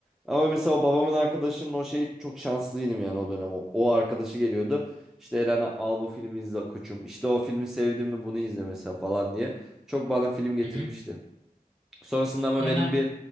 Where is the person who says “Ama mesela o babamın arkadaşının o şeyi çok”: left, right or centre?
Centre